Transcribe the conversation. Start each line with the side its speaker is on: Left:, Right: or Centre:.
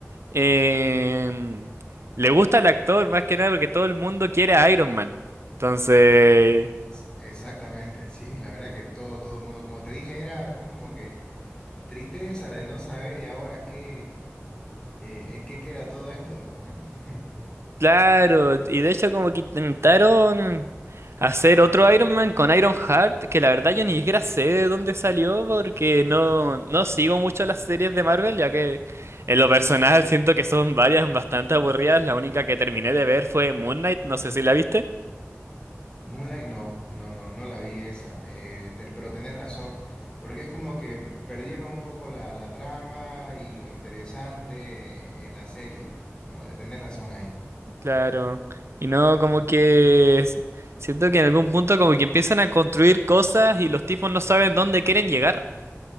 Right: em, le gusta el actor más que nada porque todo el mundo quiere a Iron Man. Entonces,
Left: Eh, es- exactamente, sí, la verdad que todo, todo el mundo, como te dije, era, fue como que tristeza de no saber y ahora qué, eh, en qué queda todo esto, digamos, ¿no? <laughs>
Right: Claro, y de hecho como que intentaron hacer otro Iron Man con Iron Heart, que la verdad yo ni siquiera sé de dónde salió porque no, no sigo mucho las series de Marvel, ya que en lo personal siento que son varias bastante aburridas, la única que terminé de ver fue Moon Knight, no sé si la viste.
Left: Moonlight, no, no, no, no la vi esa, eh, ten- pero tenés razón, porque es como que perdieron un poco la, la trama y lo interesante en la serie, ¿no? Eh, Tenés razón ahí,
Right: Claro, y no como que s- siento que en algún punto como que empiezan a construir cosas y los tipos no saben dónde quieren llegar.